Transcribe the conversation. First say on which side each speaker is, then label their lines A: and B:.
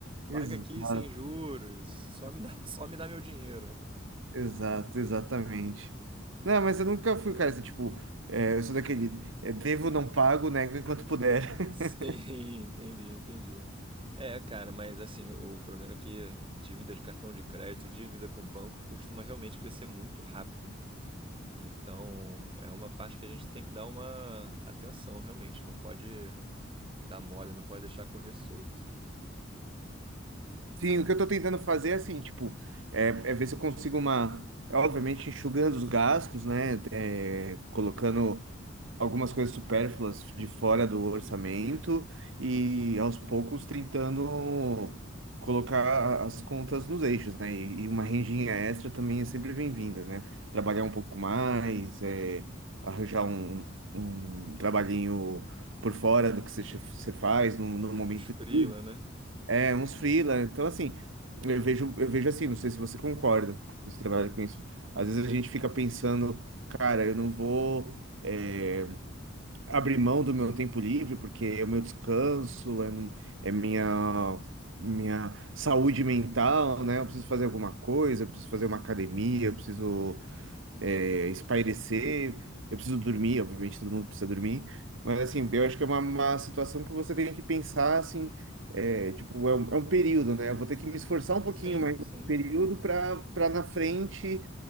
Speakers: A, on the right (about 25°); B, on the right (about 75°).
A: Paga
B: exato.
A: aqui sem juros, só me dá, <laughs> só me dá meu dinheiro.
B: Exato, exatamente. Não, mas eu nunca fui, cara, assim, tipo, é, eu sou daquele, é, devo, não pago, nego enquanto puder. <laughs>
A: Sim, entendi, entendi. É, cara, mas assim, o problema é que dívida de cartão de crédito, dívida com o banco, costuma realmente crescer muito rápido, né? Então, é uma parte que a gente tem que dar uma atenção, realmente. Não pode dar mole, não pode deixar correr solto.
B: Sim, o que eu tô tentando fazer é assim, tipo, é, é ver se eu consigo uma, obviamente enxugando os gastos, né, te- colocando algumas coisas supérfluas de fora do orçamento e aos poucos tentando colocar as contas nos eixos, né? E, e uma rendinha extra também é sempre bem-vinda, né? Trabalhar um pouco mais, é, arranjar um, um trabalhinho por fora do que você, você faz no, no momento
A: Uns freela,
B: livre.
A: né?
B: É, uns freela. Então, assim, eu vejo, eu vejo assim, não sei se você concorda, você trabalha com isso. Às vezes a gente fica pensando, cara, eu não vou. é, abrir mão do meu tempo livre, porque é o meu descanso, é, no- é minha, minha saúde mental, né? Eu preciso fazer alguma coisa, eu preciso fazer uma academia, eu preciso é, espairecer, eu preciso dormir, obviamente todo mundo precisa dormir, mas assim, eu acho que é uma, uma situação que você tem que pensar assim, é, tipo, é um, é um período, né? Eu vou ter que me esforçar um pouquinho
A: Sim,
B: mais
A: sim.
B: nesse período para para na frente